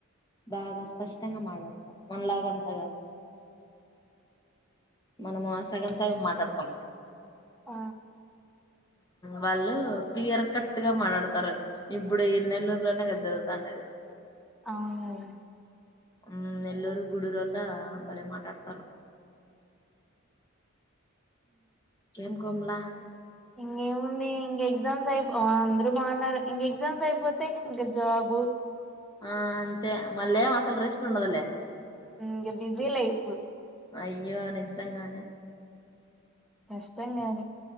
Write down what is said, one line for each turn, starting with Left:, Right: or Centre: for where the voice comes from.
Left: బాగా స్పష్టంగా మాట్లాడతారు మనలాగ అంత కాదు మనము సగం సగం మాట్లాడతాం
Centre: ఆ
Left: వాళ్ళు క్లియర్ కట్ ట్ గా మాట్లాడతారు ఇప్పుడు ఎ నెల్లూరులోనే కదా చదువు తండద
Centre: అవునువును
Left: ఉ నెల్లూరు గుడూరు అల్ బలే మ మాట్లాడతారు ఏం కోమల
Centre: ఇంకేంముంది ఇంక ఎగ్జామ్స్ అయిపో అందరు బాగున్నారు ఇంక ఎగ్జామ్స్ అయిపోతే ఇంకా జాబు
Left: ఆ అంతే మళ్ళే మసాల రెస్ట్ ఉండదలేే
Centre: ఇక బిజీ లైఫ్
Left: అయ్యో నిజంగానే
Centre: కష్టం గాని